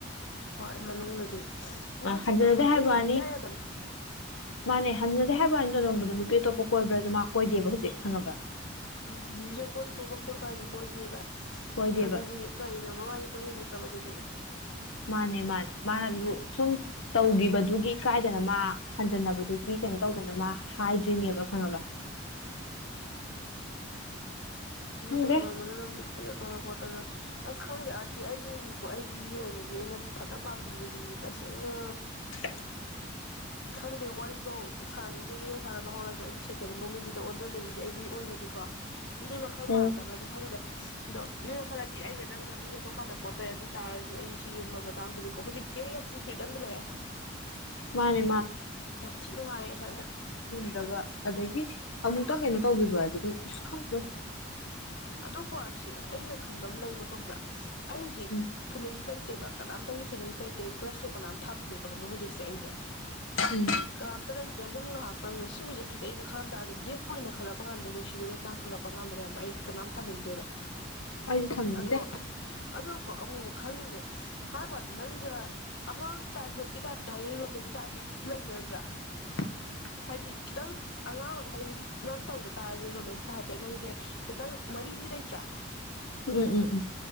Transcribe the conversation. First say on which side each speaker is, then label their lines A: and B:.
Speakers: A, on the left; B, on the left.
A: ꯍꯣꯏ ꯃꯅꯨꯡꯗꯗꯤ ꯃꯣꯏꯁꯦ
B: ꯍꯟꯖꯟꯅꯗꯦ
A: ꯀꯩꯅꯣꯝ
B: ꯍꯥꯏꯕ ꯋꯥꯅꯤ
A: ꯏꯌꯥ ꯌꯥꯗꯕꯅꯤ
B: ꯃꯥꯅꯦ ꯍꯟꯅꯗꯦ ꯍꯥꯏꯕ ꯋꯥꯅꯦ ꯇꯣꯟꯗꯣꯟꯕꯗꯣ ꯅꯨꯄꯤ ꯑꯇꯣꯞꯄ ꯀꯣꯏꯕꯔꯥꯁꯨ ꯃꯥ ꯀꯣꯏꯗꯦꯕ ꯍꯧꯖꯤꯛ ꯈꯪꯉꯥꯕ
A: ꯎꯝ ꯗꯤꯁꯨ ꯑꯇꯣꯞꯄ ꯀꯣꯢꯕꯔ ꯍꯥꯏꯁꯨ ꯀꯣꯏꯗꯦꯕ
B: ꯀꯣꯏꯗꯦꯕ
A: ꯑꯗꯨꯗꯤ ꯀꯔꯤꯅꯣ ꯃꯕꯥꯟꯅꯤ ꯀꯣꯏꯅꯩ ꯅꯠꯇ꯭ꯔꯕ ꯑꯗꯨꯗꯤ
B: ꯃꯥꯅꯦ ꯃꯥꯅꯦ ꯃꯥꯅꯁꯨ ꯁꯨꯝ ꯇꯧꯈꯤꯕꯗꯨꯒꯤ ꯀꯥꯏꯗꯅ ꯃꯥ ꯍꯟꯖꯟꯅꯕꯗꯨꯒꯤ ꯀꯩꯅꯣ ꯇꯧꯗꯅ ꯃꯥ ꯍꯥꯏꯗ꯭ꯔꯤꯅꯦꯕ ꯈꯪꯉꯕ ꯈꯪꯗꯦ
A: ꯇꯣꯟꯗꯣꯟꯕꯅ ꯅꯪ ꯒꯤꯐ ꯄꯤꯔꯛꯇꯅ ꯈꯣꯠꯇꯅ ꯑꯁ ꯈꯪꯗꯦ ꯑꯥꯔꯁꯤ ꯑꯩꯒꯤ ꯑꯣꯏꯅꯗꯤꯀꯣ ꯑꯩꯒꯤ ꯑꯣꯏꯅꯗꯤ ꯑꯩꯅ ꯐꯅ ꯄꯥꯝꯗꯕ ꯃꯗꯗꯤ ꯇꯁꯦꯡꯅ
B: ꯇ <inaudible>
A: ꯈꯪꯗꯦ ꯋꯥꯔꯤꯐꯧ ꯁꯥꯟꯅꯅꯤꯡꯗꯦ ꯃꯤꯅ ꯁꯥꯟꯅꯕ ꯍꯧꯔꯁꯨ ꯑꯩꯗꯤ ꯁꯦꯀꯦꯟ ꯑꯃ ꯃꯤꯗꯨꯗ ꯑꯣꯟꯖꯅꯤꯡꯗꯦ ꯑꯩꯒꯤ ꯑꯣꯏꯅꯗꯤꯀꯣ ꯃꯤ ꯃꯈꯜ ꯃꯥꯟꯅꯗꯕ꯭ꯔꯗꯤ
B: ꯎꯝ
A: ꯈꯪꯗꯦ ꯑꯗꯣ ꯃꯤꯅ ꯃꯈꯥꯜ ꯍꯥꯢꯗꯤ ꯑꯩꯒ ꯅꯪꯒ ꯃꯤꯒ ꯃꯥꯟꯅ ꯄꯣꯠꯇꯦ ꯑꯗꯨ ꯑꯣꯏ ꯇꯥꯔꯁꯨ ꯑꯩ ꯁꯤꯒꯨꯝꯕ ꯃꯇꯥꯡꯗꯗꯤꯀꯣ ꯍꯧꯖꯤꯛ ꯌꯥꯝ ꯊꯤ ꯐ꯭ꯔꯤꯗꯝꯗ ꯂꯩꯑꯦ
B: ꯃꯥꯅꯦ
A: ꯌꯥꯝ ꯊꯤ ꯅꯨꯡꯉꯥꯏꯌꯦ ꯁꯥꯏꯅ
B: ꯗ꯭ꯔꯕ ꯑꯗꯒꯤ ꯑꯃꯨꯛꯇꯪ ꯀꯩꯅꯣ ꯇꯧꯈꯤꯕ ꯍꯥꯏꯗꯤ ꯑꯗꯨꯝ ꯏꯁ ꯈꯪꯗꯦꯗ
A: ꯑꯗꯣ ꯑꯥꯔꯁꯤ ꯑꯩꯅ ꯈꯟꯕ ꯑꯃ ꯂꯩꯕ ꯈꯪꯕ꯭ꯔꯥ ꯑꯩ ꯍꯧꯖꯤꯛ
B: ꯎꯝ
A: ꯐꯤꯂꯤꯡꯁ ꯂꯩꯇꯦꯕ ꯀꯅꯥꯝꯇꯒꯤ ꯐꯤꯂꯤꯡꯁ ꯂꯩꯇꯦ ꯀ꯭ꯔꯁꯁꯨ ꯀꯅꯥꯝ ꯊꯝꯗꯦꯕ ꯈꯪꯕ ꯍꯧꯖꯤꯛꯁꯦ ꯑꯩꯁꯦ
B: ꯎꯝ
A: ꯀꯅꯥꯝꯇ ꯂꯩꯇꯦ ꯑꯗꯨꯝ ꯉꯥꯏꯍꯥꯛꯇꯪꯅ ꯁꯤꯃꯤꯁꯦ ꯐꯖꯩꯗ ꯈꯜꯂꯝ ꯇꯥꯔꯁꯨ ꯗꯤꯐ ꯑꯣꯏꯅ ꯈꯜꯂꯛꯄ ꯀꯥꯟꯗ ꯅꯨꯡꯁꯤꯕꯒꯤ ꯇꯥꯡꯈꯠꯂꯛꯄ ꯀꯥꯟꯗꯅꯦꯕ ꯑꯩ ꯀꯅꯥꯝ ꯊꯝꯅꯤꯡꯗꯦꯕ
B: ꯑꯩꯁꯨ ꯊꯝꯅꯤꯡꯗꯦ
A: ꯑꯗꯣ ꯑꯗꯣꯀꯣ ꯑꯃꯨꯛ ꯑꯃꯨꯛ ꯈꯜꯂꯤꯅꯦ ꯍꯥꯏꯕꯋꯥꯅꯦ ꯅꯪꯒ ꯑꯉꯥꯡ ꯆꯥꯏꯜꯍꯨꯠꯀꯤ ꯇꯥꯏꯞꯇ ꯍꯥꯏꯗꯤ ꯔꯨꯝꯃꯦꯠꯒ ꯍꯥꯢꯐꯦꯠ ꯂꯩꯅꯗ꯭ꯔꯥ
B: ꯉ <unintelligible>
A: ꯍꯥꯏꯗꯤ ꯈꯤꯇꯪ ꯑꯉꯥꯡ ꯑꯣꯏ ꯍꯥꯏ ꯍꯧꯖꯤꯛ ꯅꯪ ꯇꯧꯗ ꯇꯥꯔꯁꯨ ꯔꯨꯝꯃꯦꯠꯀ ꯍꯥꯏꯐꯦꯠ ꯅꯪꯁꯦ ꯈꯩꯇꯪ ꯃꯔꯤꯗꯤ ꯂꯩꯇ꯭ꯔꯥ
B: ꯎꯝ ꯎꯝ ꯎꯝ